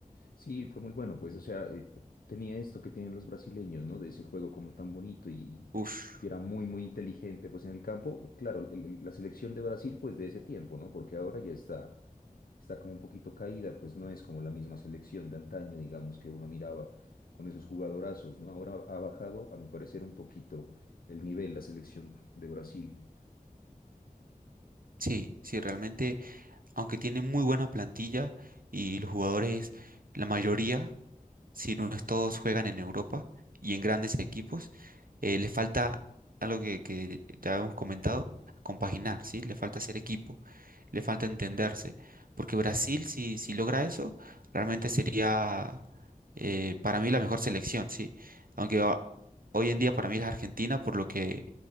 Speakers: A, on the left (about 80°); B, on the right (about 70°).
A: Sí, fue muy bueno, pues, o sea, eh, tenía esto que tienen los brasileños, ¿no? De ese juego como tan bonito y,
B: Ush.
A: y era muy, muy inteligente, pues, en el campo. Claro, el- el- la selección de Brasil, pues, de ese tiempo, ¿no? Porque ahora ya está, está como un poquito caída, pues, no es como la misma selección de antaño, digamos, que uno miraba con esos jugadorazos, ¿no? Ahora ha bajado, a mi parecer, un poquito el nivel, la selección de Brasil.
B: Sí, sí, realmente. aunque tiene muy buena plantilla y los jugadores, la mayoría, si no es todos, juegan en Europa y en grandes equipos, eh, le falta algo que, que ya hemos comentado, compaginar, ¿sí? Le falta ser equipo, le falta entenderse, porque Brasil, si, si logra eso, realmente sería eh, para mí la mejor selección, ¿sí? Aunque ho- hoy en día para mí es Argentina, por lo que